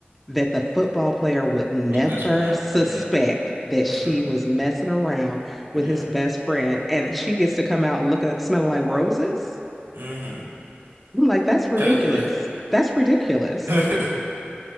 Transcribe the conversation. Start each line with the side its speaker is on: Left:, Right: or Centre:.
Centre: that the football player would never
Right: Was messing around.
Centre: suspect
Right: Yeah.
Centre: that
Right: hmm
Centre: she was messing around with
Right: Yeah.
Centre: his best friend. And she gets to come out looking, smelling like roses.
Right: hmm
Centre: I'm like, that's ridiculous.
Right: Cause yeah.
Centre: That's ridiculous.
Right: <laughs>
Centre: <laughs>